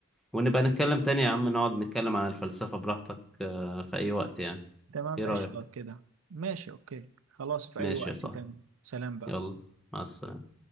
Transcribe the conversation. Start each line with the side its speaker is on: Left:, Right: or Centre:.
Centre: ونبقى نتكلم تاني يا عم نقعد نتكلم عن الفلسفه براحتك آه، في اي وقت يعني
Right: تمام
Centre: ايه رايك
Right: قشطة كده ماشي اوكي خلاص في
Centre: ماشي
Right: اي وقت
Centre: يا صاحبي
Right: تاني سلام بقى
Centre: يلا مع السلامه